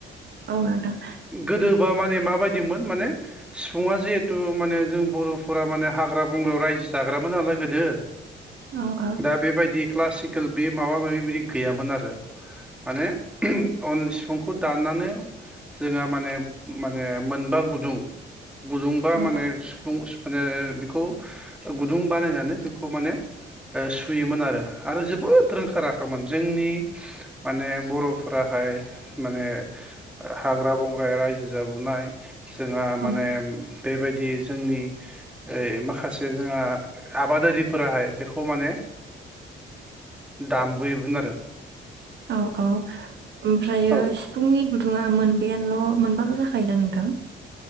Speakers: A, on the right; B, in the centre.
A: औ नोंथां।
B: गोदो बा माने माबा बादिमोन माने सिफुङा जिहेतु माने जों बर'फोरा माने हाग्रा बंग्रायाव रायजो जाग्रामोन नालाय गोदो।
A: औ औ
B: दा बेबायदि क्लासिकेल बे माबा माबि बिदि गैयामोन आरो। माने अन सिफुंखौ दाननानै जोङा माने माने मोनबा गुदुं गुदुंबा
A: औ
B: माने सिफुं सि माने बेखौ गुदुं बानायनानै बेखौ माने ओ सुयोमोन आरो। आरो जोबोद रोंखा राखा मोन। जोंनि माने बर'फोराहाय माने हाग्रा बं ग्रा रायजो जाबोनाय जोंहा माने
A: औ
B: बेबायदि जोंनि ओइ माखासे जोंहा आबादारिफोराहाय बेखौ माने दामबोयोमोन आरो।
A: औ औ ओमफ्रायो
B: औ ओ
A: सिफुंनि गुदुङा मोनबायानोल' मोनबाल' जाखायोदा नोंथां?